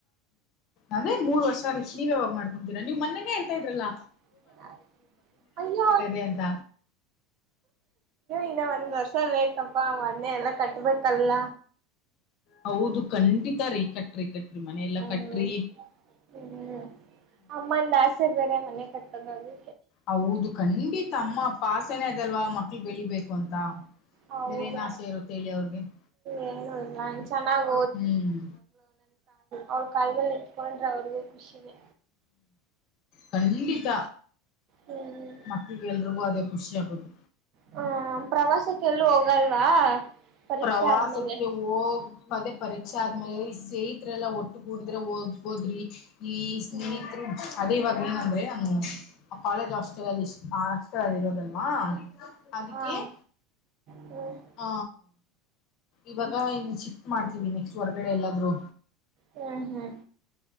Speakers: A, on the left; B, on the right.
A: ಅದೇ ಮೂರ್ ವರ್ಷ ನೀವ ಯಾವಾಗ ಮಾಡ್ಕೊತೀರಾ ನೀವ್ ಮೊನ್ನೆನೇ ಹೇಳ್ತಾ ಇದ್ರಲ್ಲಾ.
B: <unintelligible> ಅಯ್ಯೋ
A: ಇದೆ ಅಂತ
B: ಇನ್ನ ಒಂದ್ ವರ್ಷ ಬೇಕಪ್ಪ ಮನೆಯಲ್ಲ ಕಟ್ಬೇಕಲ್ಲ
A: ಹೌದು ಖಂಡಿತ ರೀ ಕಟ್ಟ್ರಿ ಕಟ್ ಟ್ರೀ ಮನೆಯಲ್ಲ
B: ಹ್ಮ್
A: ಕಟ್ಟ್ರಿ.
B: ಹ್ಮ್ ಅಮ್ಮಂದ ಆಸೆ ಬೇರೆ ಮನೆ ಕಟ್ಟದ್ ಮಾಲಿ
A: ಹೌದು ಖಂಡಿತ ಅಮ್ಮ ಅಪ್ಪ ಆಸೆನ ಅದಲ್ವಾ ಮಕ್ಳ ಬೆಳಿಬೇಕು ಅಂತ
B: ಹೌದು
A: ಬೇರೆ ಏನ್ ಆಸೆ ಇರುತ್ತ ಹೇಳಿ ಅವ್ರಿಗೆ <unintelligible>
B: ಏನು ಇಲ್ಲ ಚೆನ್ನಾಗ್
A: ಹ್ಮ್
B: ಅವರ ಕಾಲ್ ಮೇಲೆ ನಿಂತ್ಕೊಂಡ್ರೆ ಅವ್ರಿಗು ಖುಷಿನೆ
A: ಕಂಡಿತ
B: ಹ್ಮ್
A: ಮಕ್ಳ ಬೆಳ್ಡು ಅದೇ ಖುಷಿಯಾಗೊದು.
B: ಹ ಪ್ರವಾಸಕ್ಕೆ ಎಲ್ಲೂ ಹೋಗಲ್ವಾ. ಪರೀಕ್ಷೆ
A: ಪ್ರವಾಸಕ್ಕೆ
B: ಆದ್ಮೇಲೆ
A: ಹೋಗವದೇ ಪರೀಕ್ ಆದ್ಮೇಲೆ ಈ ಸ್ನೇಹಿತರಎಲ್ಲ ಒಟ್ಟು ಗೂಡಿದ್ರೆ ಹೋಗದ್ಬೋದ್ರಿ. ಈ ಸ್ನೇಹಿತರು
B: ಹ್ಮ
A: ಅದೇ ಇವಗ ಏನಂದ್ರೆ ಅವ್ನು ಕಾಲೇಜ್ ಹಾಸ್ಟೆಲ್ ಅಲ್ಲಿ ಹಾಸ್ಟೆಲ್ ಅಲ್ಲಿ ಇರೋದ್ ಅವ್ನು. ಹ ಅದಕ್ಕೆ
B: ಹ ಹ
A: <unintelligible>
B: ಹ್ಮ್
A: ಹ ಇವಾಗ ಇನ್ನು ಶಿಫ್ಟ್ ಮಾಡ್ತೀವಿ ನೆಕ್ಸ್ಟ್ ಹೊರ್ಗಡೆ ಎಲ್ಲಾದ್ರು.
B: ಹ್ಮ್ ಹ್ಮ್